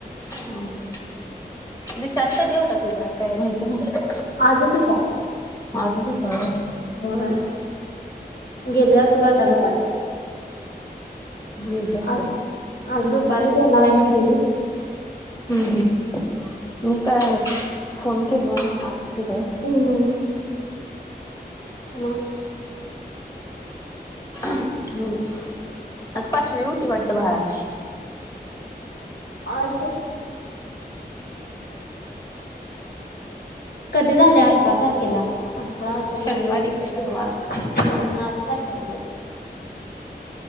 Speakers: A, on the left; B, on the left.
A: हम हम. डिस्चार्ज कधी होता तिचा? काय माहिती नाही.
B: आजच होता
A: आजच हूता वय?
B: व्हय. गेली आसल आता घरात.
A: गेलं असल.
B: आज आज दुपारी देनार हाय म्हटलेली.
A: हम हम. मी काय, फोन केलो नाही आज तिकड
B: हम, मग?
A: <unintelligible> आज पाचवी होती वाटत बाळाची
B: आज? कधी झाल्या आठरा तारखेला? आठरा, एकोणीस,
A: शनिवारी
B: वीस, एकवीस,
A: का शनिवार
B: बावीस हम. आज पाचवा दिवस.